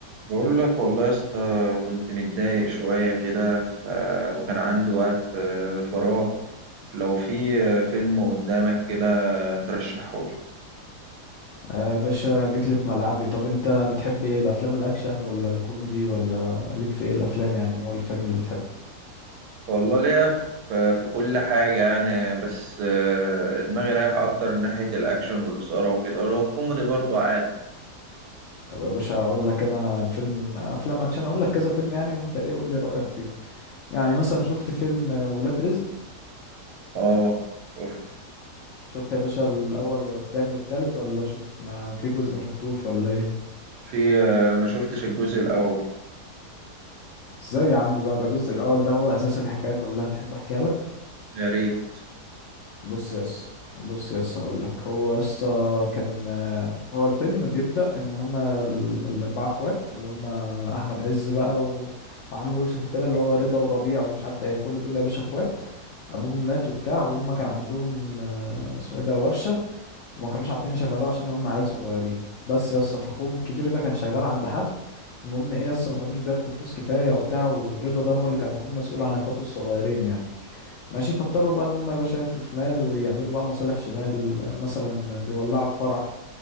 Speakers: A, on the right; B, on the left.
A: بقول لك والله يا اسطى كنت متضايق شوية كده ف... وكان عندي وقت آه، فراغ لو في آه، فيلم قدامك كده ترشحهولي
B: آه باشا جيت لي في ملعبي طب انت بتحب ايه الافلام الاكشن ولا الكوميدي ولا ليك في ايه الافلام يعني نوع الفيلم اللي بتحبه
A: والله ليا في... في كل حاجة يعني بس آه، دماغي رايح أكتر ناحية الأكشن والإثارة وكده ولو كوميدي برضو عادي
B: طب يا باشا اقول لك انا فيلم افلام اكشن اقول لك كذا فيلم يعني وانت ايه قول لي رايك فيهم يعني مثلا شفت فيلم آه، ولاد رزق
A: اه شفت
B: شفت يا باشا الاول والتاني والتالت ولا شفت ما في جزء ما شفتوش ولا ايه
A: في آه، ما شفتش الجزء الأول
B: ازاي يا عم بقى ده الجزء الاول ده هو اساس الحكايه كلها تحب احكيها لك
A: يا ريت
B: بص يس بص يس هقول لك هو يس كان هو الفيلم بيبدأ ان هما ال- الاربعه اخوات اللي هما احمد عز بقى و... وعمرو يوسف وكده اللي هو رضا وربيع ومش عارف ايه كل دول يا باشا اخوات ابوهم مات وبتاع وهم كان عندهم آه، اسمه ايه ده ورشة وما كانوش عارفين يشغلوه عشان هم عيال صغيرين بس يس فاخوهم الكبير ده كان شغال عند حد المهم ايه يس ما كانوش بياخدوا فلوس كفاية وبتاع ورضا ده هو اللي كان المفروض مسؤول عن اخواته الصغيرين يعني ماشي فاضطروا بقى ان هم يا باشا يمشوا شمال ويعملوا بقى مصالح شمال مثلا بيولعوا في فرح